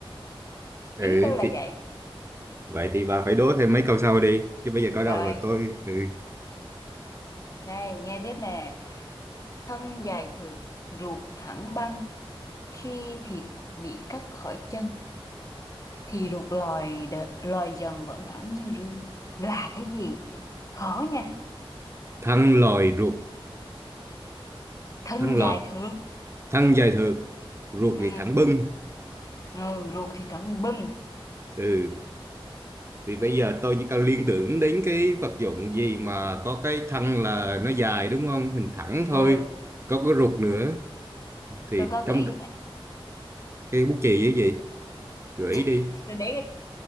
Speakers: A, on the right; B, on the left.
A: Ừ
B: ý tôi là
A: thì
B: vậy
A: vậy thì bà phải đố thêm mấy câu sau đi chứ bây giờ có đầu
B: rồi
A: là tôi ừ.
B: này nghe tiếp nè thân dài thượt ruột thẳng băng khi thịt bị cắt khỏi chân thì ruột lòi đ- lòi dần vẫn thẳng như rươi là cái gì khó nha
A: Thăng lòi ruột
B: thân
A: thăng lòi
B: dài thượt
A: thân dài thượt ruột
B: ừ
A: thì thẳng bưng
B: ừ ruột thì thẳng bưng
A: ừ thì bây giờ tôi chỉ cần liên tưởng đến cái vật dụng gì mà có cái thân là nó dài đúng không hình thẳng thôi
B: ừ
A: có cái ruột nữa thì
B: tôi có gợi
A: trong
B: ý nè
A: cái bút chì với gì gợi
B: <laughs>
A: ý đi
B: Tôi để